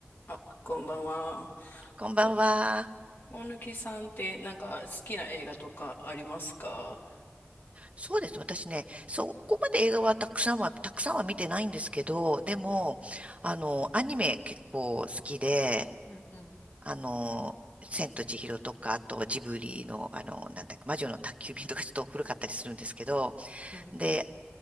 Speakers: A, on the left; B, on the right.
A: あ、こんばんは。
B: こんばんは。
A: お、大貫さんってなんか好きな映画とかありますか
B: そうです。私ね、そこまで映画はたくさんは、たくさんは見てないんですけど、でも、
A: うん、
B: あの、アニメ結構好きで、
A: うん、うん、
B: あの、千と千尋とか、あとジブリの、あの、なんだっけ、魔女の宅急便とかちょっと古かったりするんですけど、
A: うん、
B: で、
A: うん、